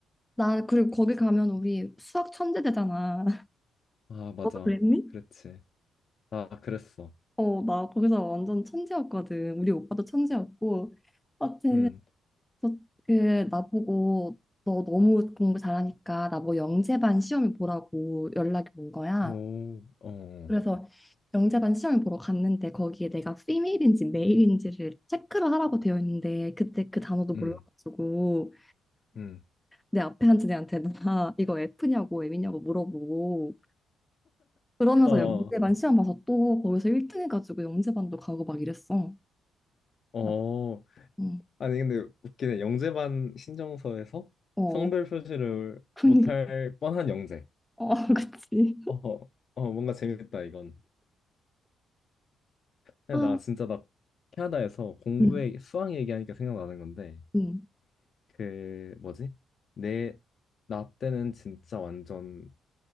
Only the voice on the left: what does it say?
아, 맞아.
그랬지. 나 그랬어.
음,
오, 어,
음, 음.
어,
어,
아니, 근데 웃기네. 영재반 신청서에서
성별 표시를
못 할 뻔한 영재.
어, 어, 뭔가 재밌다, 이건. 근데
나 진짜 나 캐나다에서 공부에,
수학 얘기하니까 생각나는 건데,
그, 뭐지? 내, 나 때는 진짜 완전